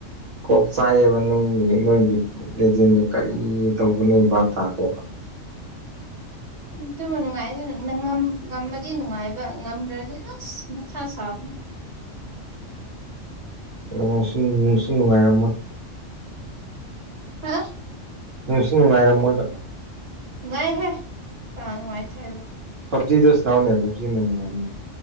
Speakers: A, on the right; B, on the right.
A: ꯀꯣꯛ ꯆꯥꯏꯌꯦꯕ ꯅꯪꯒꯤ ꯅꯣꯏꯒꯤ ꯂꯦꯖꯦꯟꯗꯨ ꯀꯔꯤ ꯇꯧꯕ ꯅꯣꯏ ꯚꯥꯞ ꯊꯥꯗꯦꯕ꯫
B: ꯑꯗꯨꯕꯨ ꯅꯨꯡꯉꯥꯏ <unintelligible> ꯉꯝꯃꯗꯤ ꯅꯨꯡꯉꯥꯏꯕ ꯉꯝꯗ꯭ꯔꯗꯤ ꯑꯁ ꯃꯊꯥ ꯁꯥꯕꯅꯦ
A: ꯉꯁꯤ ꯅꯨꯡꯁꯤ ꯅꯨꯡꯉꯥꯏꯔꯝꯃꯣꯏ꯫
B: ꯍꯥ꯫
A: ꯅꯨꯡꯁꯨ ꯅꯨꯡꯉꯥꯏꯔꯝꯃꯣꯏꯕ꯫
B: ꯅꯨꯡꯉꯥꯏꯍꯦ ꯀꯅꯥ ꯅꯨꯡꯉꯥꯏꯇꯦ ꯍꯥꯏꯕ꯫
A: ꯄꯕꯖꯤꯗꯨ ꯁꯅꯥꯎꯅꯦ ꯄꯕꯖꯤꯅꯅꯅꯨꯡ